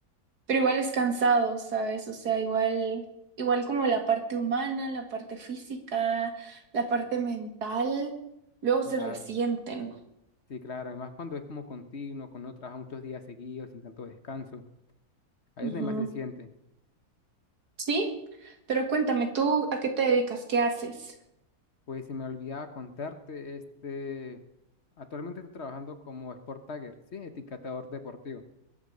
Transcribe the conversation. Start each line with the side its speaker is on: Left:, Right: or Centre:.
Right: Pero igual es cansado, ¿sabes? O sea, igual, igual como la parte humana, la parte física, la parte mental, luego
Left: Claro,
Right: se resienten.
Left: sí, claro. Además, cuando es como continuo, cuando uno trabaja muchos días seguidos, sin tanto descanso, ahí
Right: Ujú.
Left: es donde más se siente.
Right: Sí, pero cuéntame, ¿tú a qué te dedicas? ¿Qué haces?
Left: Pues se me olvidaba contarte, este, actualmente estoy trabajando como Sport Tagger, sí, etiquetador deportivo.